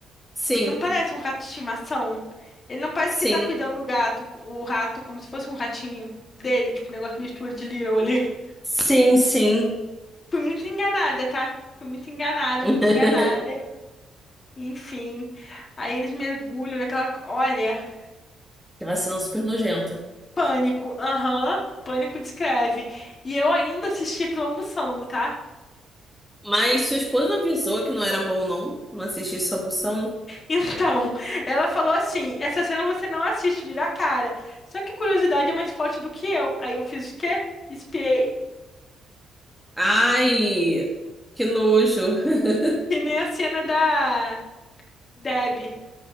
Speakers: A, in the centre; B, on the left.
A: Sim,
B: Não parece um rato de estimação. Ele não parece
A: sim.
B: que tá cuidando do gato, o rato, como se fosse um ratinho dele, tipo um negócio meio de Little ali. <laughs>
A: Sim, sim.
B: Fui muito enganada, tá? Fui muito enganada,
A: <laughs>
B: muito enganada. Enfim. Aí eles mergulham naquela. Olha,
A: Aquela cena super nojenta.
B: pânico. Aham. Pânico descreve. E eu ainda assisti aquilo almoçando, tá? <laughs>
A: Mas sua esposa avisou que não era bom, não? Não assistir isso almoçando?
B: Então, ela falou assim: essa cena você não assiste, vira a cara. Só que a curiosidade é mais forte do que eu. Aí eu fiz o quê? Espiei.
A: Ai, que nojo. <laughs>
B: Que nem a cena da Deb,